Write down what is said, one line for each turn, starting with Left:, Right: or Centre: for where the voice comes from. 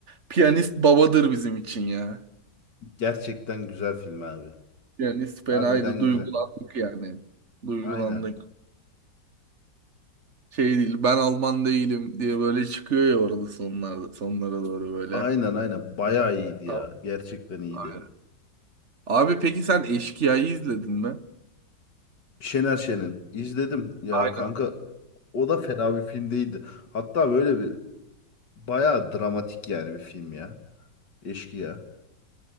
Right: piyanist babadır bizim için ya.
Left: Gerçekten güzel film abi.
Right: Piyanist fenaydı.
Left: Harbiden
Right: Duygulandık
Left: güzel.
Right: yani. Duygulandık.
Left: Aynen.
Right: Şey değil ben Alman değilim diye böyle çıkıyor ya orada sonlarda, sonlara doğru böyle.
Left: Aynen aynen. Baya iyiydi ya.
Right: Tamam.
Left: Gerçekten iyiydi.
Right: Aynen. Abi peki sen Eşkıya'yı izledin mi?
Left: Şener Şen'in. izledim ya
Right: Aynen.
Left: kanka. O da fena bir film değildi. Hatta böyle bir baya dramatik yani bir film ya. Eşkıya.